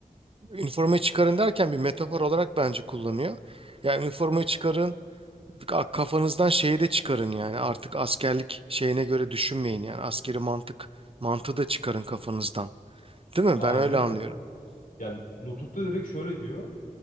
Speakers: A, on the right; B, on the left.
A: üniformayı çıkarın derken bir metafor olarak bence kullanıyor. Yani üniformayı çıkarın, ka- kafanızdan şeyi de çıkarın yani artık askerlik şeyine göre düşünmeyin yani askeri mantık mantığı da çıkarın kafanızdan. Değil mi?
B: Aynen
A: Ben öyle
B: öyle.
A: anlıyorum.
B: Yani Nutuk'ta direkt şöyle diyor.